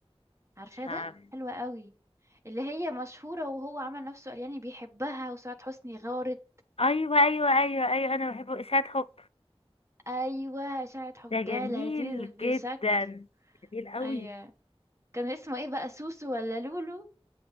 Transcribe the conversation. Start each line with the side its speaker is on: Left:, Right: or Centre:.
Right: عارفاه
Left: مش
Right: ده
Left: عارفة.
Right: حلوة أوي اللي هي مشهورة وهو عمل نفسه قال يعني بيحبها وسعاد حسني غارت
Left: أيوه أيوه أيوه أيوه أنا بحبه إشاعة حب
Right: ايوه اشاعة حب
Left: ده
Right: ده
Left: جميل
Right: لذيذ بشكل
Left: جدا جميل قوي
Right: ايوه كان اسمه ايه بقى سوسو ولا لولو